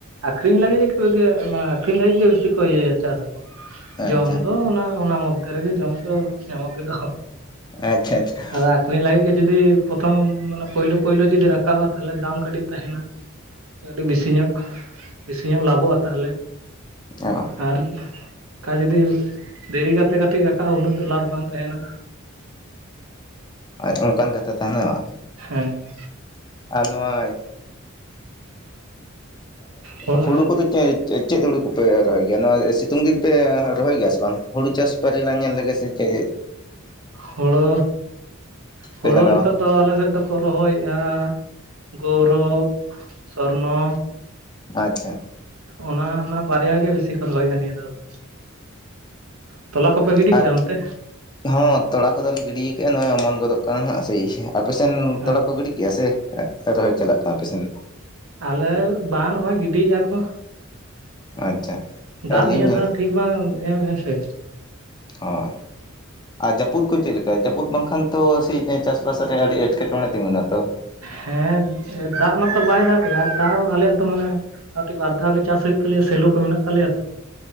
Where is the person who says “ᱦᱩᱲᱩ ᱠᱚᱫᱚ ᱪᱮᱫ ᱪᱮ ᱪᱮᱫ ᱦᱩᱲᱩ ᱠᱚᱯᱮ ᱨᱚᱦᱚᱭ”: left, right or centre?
Left